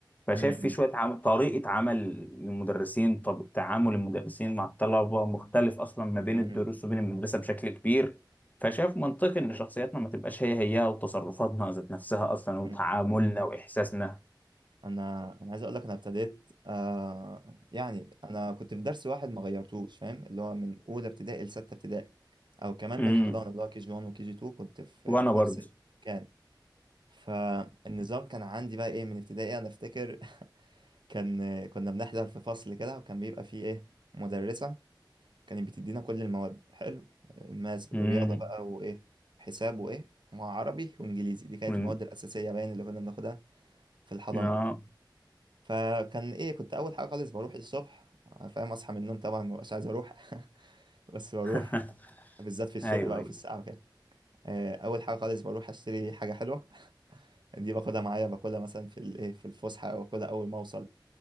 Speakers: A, on the left; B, on the right.
A: فشايف
B: مم.
A: في شوية عم... طريقة عمل المدرسين طب تعامل المدرسين مع الطلبة مختلف أصلا ما بين
B: مم.
A: الدروس وبين المدرسة بشكل كبير فشايف منطقي إن شخصياتنا ما تبقاش هي هي وتصرفاتنا ذات نفسها أصلا
B: مم.
A: وتعاملنا وإحساسنا
B: أنا أنا عايز أقول لك أنا ابتديت آه... يعني أنا كنت في درس واحد ما غيرتوش فاهم اللي هو من أولى ابتدائي لستة ابتدائي أو كمان من
A: امم
B: الحضانة اللي هو كي جي 1 وكي جي 2 كنت في
A: وأنا
B: في
A: برضه
B: نفس المكان فالنظام كان عندي بقى ايه من ابتدائي انا افتكر <laughs> كان كنا بنحضر في فصل كده وكان بيبقى فيه ايه مدرسة كانت بتدينا كل المواد حلو ماس
A: امم
B: رياضة بقى وايه حساب وايه وعربي وانجليزي دي كانت
A: من...
B: المواد الأساسية باين اللي كنا بناخدها في الحضانة
A: آه
B: فكان ايه كنت اول حاجة خالص بروح الصبح فاهم اصحى من النوم طبعا مبقاش عايز اروح <laughs> بس بروح
A: <laughs>
B: بالذات في الشتاء
A: أيوه
B: بقى
A: أيوه
B: وفي الساعة وكده آه، اول حاجة خالص بروح اشتري حاجة حلوة <laughs> دي باخدها معايا باكلها مثلا في الايه في الفسحة او باكلها اول ما اوصل